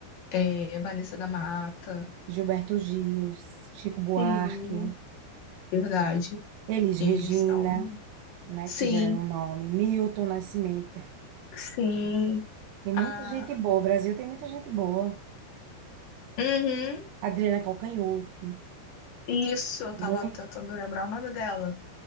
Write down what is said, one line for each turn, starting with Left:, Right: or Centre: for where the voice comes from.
Left: É, Vanessa da Mata.
Right: Gilberto Gil, Chico Buarque,
Left: Sim, verdade.
Right: Elis
Left: Eles
Right: Regina,
Left: são.
Right: né?
Left: Sim,
Right: Que já é o nome. Milton Nascimento.
Left: sim.
Right: Tem muita
Left: Ah,
Right: gente boa. O Brasil tem muita gente boa.
Left: uhum.
Right: Adriana Calcanhoto.
Left: Isso, eu
Right: Muito.
Left: tava tentando lembrar o nome dela.